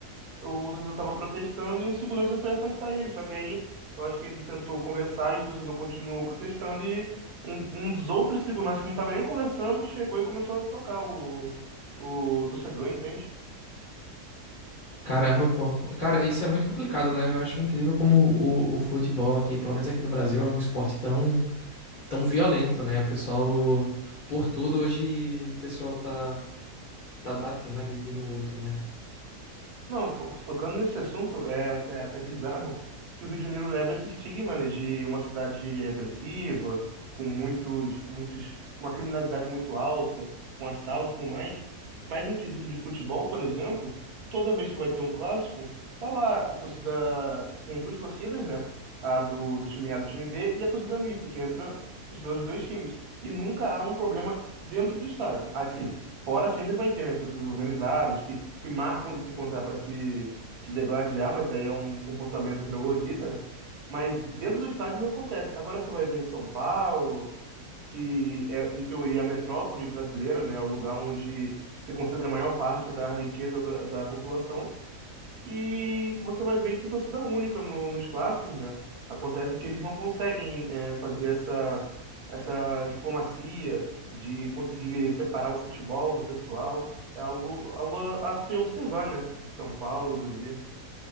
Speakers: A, on the right; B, on the left.
A: o torcedor estava protestando e um segurança foi afastar ele. Só que aí eu acho que ele tentou conversar e o torcedor continuou protestando e um, um dos outros seguranças que não estava nem conversando chegou e começou a socar o, o torcedor, entende?
B: Caramba, pô. Cara, isso é muito complicado, né? Eu acho incrível como o, o futebol aqui, pelo menos aqui no Brasil, é um esporte tão, tão violento, né? O pessoal, por tudo, hoje o pessoal tá, tá batendo, agredindo o outro, né?
A: Não, fo- tocando nesse assunto, é, até é até bizarro que o Rio de Janeiro leva esse estigma, né, de uma cidade agressiva, com muitos, muitos, uma criminalidade muito alta, com assaltos e tudo mais. Mas em quesito de futebol, por exemplo, toda vez que vai ter um clássico, tá lá a torcida, tem as duas torcidas, né, a do, do time A e do time B e a torcida mista, que entra os dois, os dois times. E nunca há um problema dentro do estádio. Assim, Fora sempre vai ter, né, as torcidas organizadas que, que marcam de se encontrar para se, se degladiar, mas aí é um comportamento troglodita, né? Mas dentro do estádio não acontece. Agora você vai ver em São Paulo, que é, em teoria, a metrópole brasileira, né, é o lugar onde se concentra a maior parte da riqueza da da população. E você vai ver que tem torcida única no- nos clássicos, né? Acontece que eles não conseguem é, fazer essa, essa diplomacia de conseguir separar o futebol do pessoal. É algo, algo a, a se observar, né? De São Paulo e do Rio.